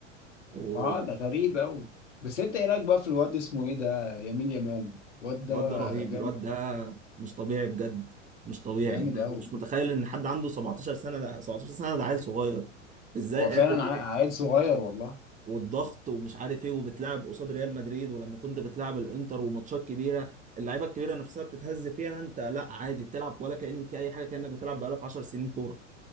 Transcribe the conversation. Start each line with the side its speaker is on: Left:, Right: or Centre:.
Right: والواد
Left: اه ده غريب اوي بس انت ايه رايك بقى في الواد اسمه ايه ده يمين يمان الواد ده
Right: ده رهيب
Left: جامد
Right: الواد ده مش طبيعي بجد مش طبيعي
Left: جامد
Right: مم. أنا
Left: اوي
Right: مش متخيل ان حد عنده 17 سنة ده 17 سنة ده عيل صغير ازاي
Left: هو
Right: قادر
Left: فعلا عا- عيل صغير والله
Right: والضغط ومش عارف ايه وبتلعب قصاد ريال مدريد ولما كنت بتلعب الانتر وماتشات كبيرة اللعيبة الكبيرة نفسها بتتهز فيها انت لا عادي بتلعب ولا كأن في اي حاجة كأنك بتلعب بقالك 10 سنين كورة